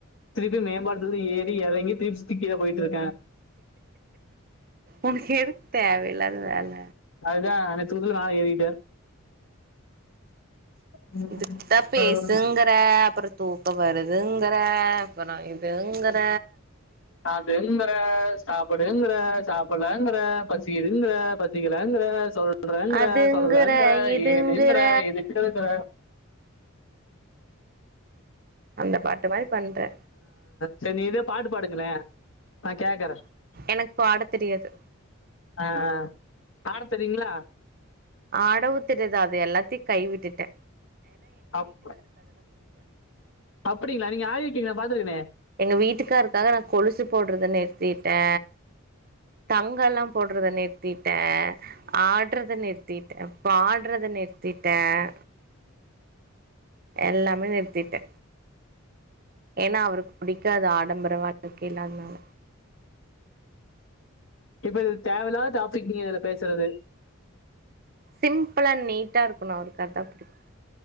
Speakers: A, on the left (about 65°); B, on the right (about 45°).
A: திருப்பி மேம்பாலத்துலந்து ஏறி யறங்கி திருப்பி திக்கீழ போயிட்ருக்கெ
B: உனக்கெதுக் தேவ லல்லால
A: அதுதான் அனைத்துலத்துல மேல ஏறிட்டே ஏறிட்டேன்
B: இதுட்டா பேசுங்கற அப்புறம் தூக்கம் வருதுங்குற அப்புற இதுங்குற
A: சாதுங்குற சாப்பிடுங்குற சாப்பிடலாங்கிற பசிதுங்கிற பசிக்கலாங்கிற சொல்ற சொல்றேங்கற
B: அதுங்கற
A: சொல்லறங்கற
B: இதுங்கற
A: யேதுங்கற யெதுக்குங்கர இருங்கற
B: அந்த பாட்டு மாதிரி பண்றே
A: சரி நீ இதே பாட்டு பாடுங்ளே நா கேட்கறே
B: எனக்கு பாட தெரியாது
A: ஆஹ்ஹ் பாட தெரியீங்ளா
B: ஆடவு தெரிதா அது எல்லாத்தையும் கைவிட்டுட்டே
A: அப் அப்படிங்களா நீங்க ஆடிக்கீங்க நா பாத்துருக்கேனே
B: எங்க வீட்டுக்காருக்காக நா கொலுசு போட்றத நிறுத்திட்டே தங்க எல்லா போட்றத நிறுத்திட்டே ஆடுறத நிறுத்திட்டே பாடுறத நிறுத்திட்டேன் எல்லாமே நிறுத்திட்டே ஏன்னா அவருக்கு புடிக்காது ஆடம்பரவாழ்க்கைலா அதனால
A: இப்ப இது தேவலாத டாபிக் நீங்க இதுல பேசுறது
B: சிம்பிள் அண் நீட்டா இருக்கணு அவருக் தாத்தா புடிக்கும்